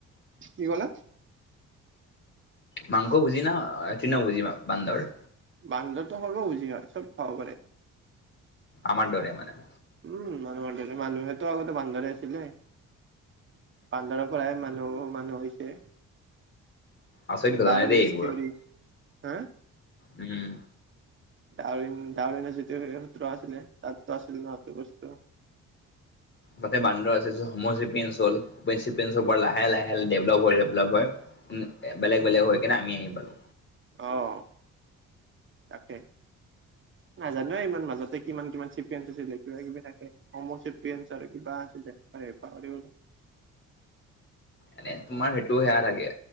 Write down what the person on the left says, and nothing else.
মাংস ভুজি না তৃণ ভুজি বান্দৰ।
আমাৰ দৰে মানে।
আচৰিত ঘটনা
দেই এইবোৰ
উ'ম।
তাতে বান্দৰছে চেয়ন হল, চেন, লাহে, লাহে ডেভপ হয়, ডেভপ হয়। বেলেগ বেলেগ হৈ কিনে আমি আহি পালো।
এনে তোমাৰ সেইটো সেয়া লাগে